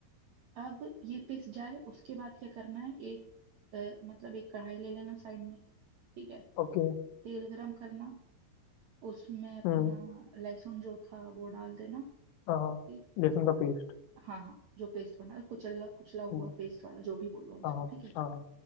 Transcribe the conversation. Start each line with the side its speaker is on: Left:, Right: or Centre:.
Right: अब ये पिस जाए उसके बाद क्या करना है एक अ, मतलब एक कढ़ाई ले लेना साइड में ठीक है
Left: ओके
Right: तेल गरम करना उसमें अपना
Left: हम्म
Right: लहसुन जो था वो डाल देना
Left: हाँ हाँ
Right: ठीक?
Left: लहसुन का पेस्ट
Right: हाँ हाँ जो पेस्ट बना कुचला कुचला हुआ
Left: हम्म
Right: पेस्ट वाला जो भी बोलो आप उसको
Left: हाँ हाँ
Right: ठीक है
Left: हाँ